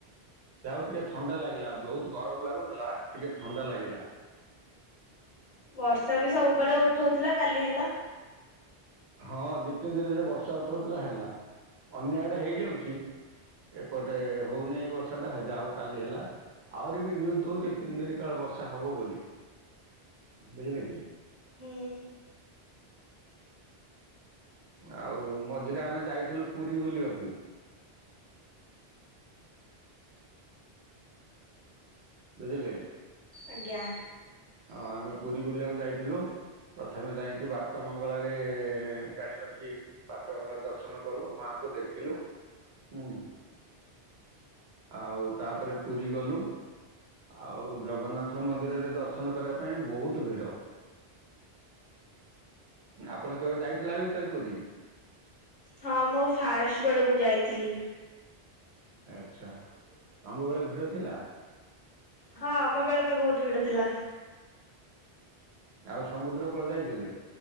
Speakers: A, on the right; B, on the left.
A: ଯାହା ହୋଉ ଟିକେ ଥଣ୍ଡା ଲାଗିଲା। ବହୁତ ଗରମ ଲାଗୁଥିଲା ଟିକେ ଥଣ୍ଡା ଲାଗିଲା।
B: ବର୍ଷା ବି ସବୁବେଳେ ଉଠୋଉଥିଲା କାଲି ହେଲା।
A: ହଁ ଦି ତିନି ଦିନି ହେଲାଣି ବର୍ଷା ଉଠୋଉଥିଲା ହେଲା। ଅନ୍ୟ ଆଡେ ହେଇଯାଉଛି। ଏପଟେ ହୋଉନେଇଁ ବର୍ଷାଟା ଯାଉ କାଲି ହେଲା। ଆହୁରି ବି ନିୁଜ ଦଉଛି ତିନି ଦିନ କାଳ ବର୍ଷା ହବ ବୋଲି ବୁଝିଲେ କି।
B: ହୁଁ
A: ଆଉ ମଝିରେ ଆମେ ଯାଇଥିଲୁ ପୁରୀ ବୁଲିବାକୁ। ବୁଝିଲେ।
B: ଆଜ୍ଞା।
A: ଅ ଆମେ ପୁରୀ ବୁଲିବାକୁ ଯାଇଥିଲୁ ପ୍ରଥମେ ଯାଇଁକି ବାଟ ମଙ୍ଗଳାରେ ଗାଡି ରଖି ବାଟ ବଙ୍ଗଳା ଦର୍ଶନ କଲୁ ମାଙ୍କୁ ଦେଖିଲୁ ହୁଁ। ଆଉ ତାପରେ ପୁରୀ ଗଲୁ। ଆଉ ଜଗନ୍ନାଥ ମନ୍ଦିରରେ ଦର୍ଶନ କରିବା ପାଇଁ ବୋହୁତ ଭିଡ। ଆପଣ କେବେ ଯାଇଥିଲେ ଆ ଭିତରେ ପୁରୀ।
B: ହଁ ମୁଁ ଫାଷ୍ଟ ବେଳକୁ ଯାଇଥିଲି।
A: ଆଛା ତମ ବେଳେ ଭିଡ ଥିଲା।
B: ହଁ ଆମ ବେଳେ ତ ବୋହୁତ ଭିଡ ଥିଲା।
A: ଆଉ ସମୁଦ୍ର କୂଳ ଯାଇଥିଲେ।